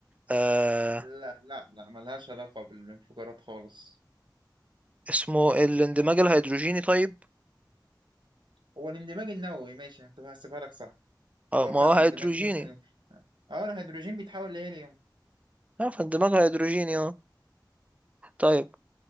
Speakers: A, on the right; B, on the right.
A: آه
B: لا لا لا ملهاش علاقة بالانفجارات خالص
A: اسمه الاندماج الهيدروجيني طيب
B: هو الاندماج النووي ماشي هتبقى هسيبها لك صح
A: اه
B: هو
A: ما
B: فعلا
A: هو هيدروجيني
B: اندماج ممكن اه الهيدروجين بيتحول لهيليوم
A: اه فاندماج هيدروجيني اه طيب